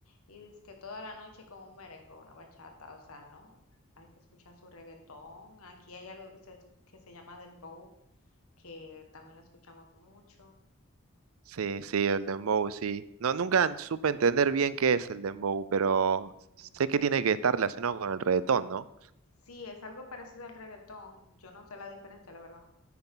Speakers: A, on the left (about 85°); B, on the right (about 75°).
A: y es que toda la noche con un merengue, una bachata, o sea, no. Hay que escuchar su reggaetón. Aquí hay algo que se, que se llama dembow, que también escuchamos mucho.
B: Sí, sí, el dembow, sí. No, nunca supe entender bien qué es el dembow, pero
A: Mm,
B: sé que tiene que estar relacionado con el reggaetón, ¿no?
A: Sí, es algo parecido al reggaetón. Yo no sé la diferencia, la verdad.